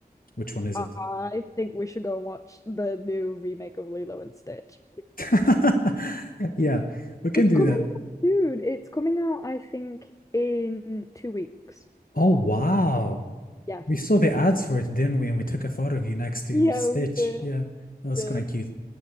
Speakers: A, on the left; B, on the left.
A: Which one is
B: I
A: it?
B: think we should go and watch the new remake of Lilo and Stitch.
A: <laughs> Yeah, we can
B: It's
A: do
B: coming
A: that.
B: out soon. It's coming out, I think, in two weeks.
A: Oh, wow.
B: Yeah.
A: We saw the ads for it, didn't we? And we took a photo of you next to
B: Yeah,
A: Stitch.
B: we did.
A: Yeah, that was
B: Did.
A: quite cute.